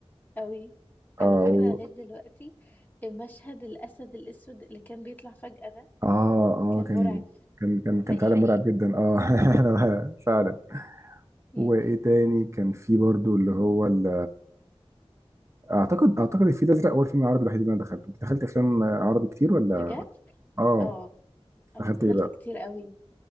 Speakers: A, on the left (about 15°); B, on the right (about 25°).
A: أوي
B: اه كان
A: أنا فاكرة
B: و...
A: لغاية دلوقتي مشهد الأسد الأسود اللي كان بيطلع فجأة ده
B: اه اه
A: كان
B: كان
A: مرعب
B: كان كان كان
A: حقيقي
B: كان فعلا رايق مرعب جدا اه <laughs> أنا فعلا
A: امم
B: وايه تاني كان في برضو اللي هو ال- اعتقد اعتقد الفيل الازرق هو الفيلم العربي الوحيد اللي انا دخلته انت دخلت افلام عربي كتير ولا
A: بجد
B: اه
A: اه اه
B: دخلت
A: دخلت
B: ايه بقى
A: كتير قوي